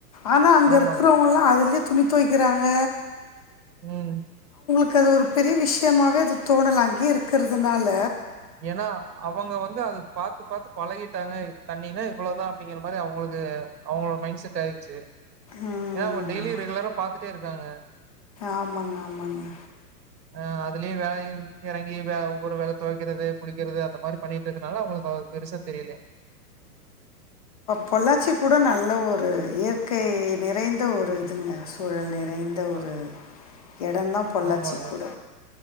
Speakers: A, on the left; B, on the right.
A: ஆனா அங்கே
B: ஆமாங்க
A: இருக்கிறவங்கலாம் அதுலே துணி துவைக்கிறாங்க
B: உம்
A: எனக்கு அது ஒரு பெரிய விஷயமாகாவவே அது தோணலாம் அங்கே இருக்கிறதுனால
B: ஏன்னா அவங்க வந்து அதது பாாரத்து பாாரத்து பழகிட்டாங்க தண்ணினா இவ்வளவுதான் அப்படிங்கிற மாரி அவங்களுக்கு அவங்களோட மைண்ட் செட் ஆயிடுச்சு
A: ம்,
B: ஏன்னா அவங்க டெய்லி ரெகுலரா பாத்துட்டே இருக்காங்க
A: ஆமாங்க ஆமாங்க
B: அஹ் அதுலயே வேலையு இறங்கி <unintelligible> வேலை த குக்கிறது குளிக்கிறது அந்த மாதிரி பண்ணிட்டுதுனால அவங்களுக்கு பெருசா தெரில
A: பொள்ளாச்சி கூட நல்ல ஒரு இயற்கை நிறைந்த ஒரு இதுங்க சூழல் ந விறந்த ஒரு
B: அ
A: இடம்ந்தான் பொல்லாச்சி
B: ஆமாங்க
A: கூட